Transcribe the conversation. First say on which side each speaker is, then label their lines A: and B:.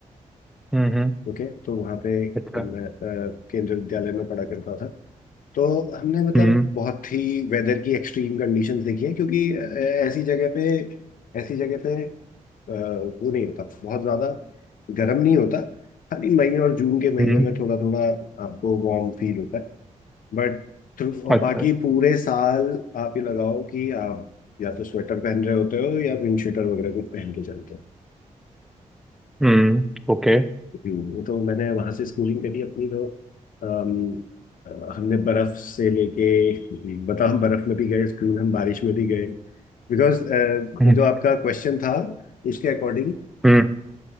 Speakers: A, in the centre; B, on the left.
A: हम्म हम्म,
B: ओके तो वहाँ पे
A: अच्छा
B: मैं अ, केंद्रीय विद्यालय में पढ़ा करता था तो हमने मतलब
A: हम्म
B: बहुत ही वेदर की एक्सट्रीम कंडीशंस देखी है क्योंकि अ, ऐसी जगह पे ऐसी जगह पे अ, वो नहीं होता बहुत ज़्यादा गर्म नहीं होता खाली मई और जून के महीने
A: हम्म
B: में थोड़ा थोड़ा आपको वार्म फील होता है बट
A: अच्छा
B: बाकी पूरे साल आप ये लगाओ कि आप या तो स्वेटर पहन रहे होते हो या विंड शीटर वगैरह कुछ पहन के चलते
A: हम्म ओके
B: हो तो मैंने वहां से स्कूलिंग करी अपनी तो अम, अ, हमने बर्फ से लेके बता हम बर्फ में भी गए स्कूल हम बारिश में भी गए बिकॉज
A: हम्म
B: जो आपका क्वेश्चन था उसके अकॉर्डिंग
A: हम्म,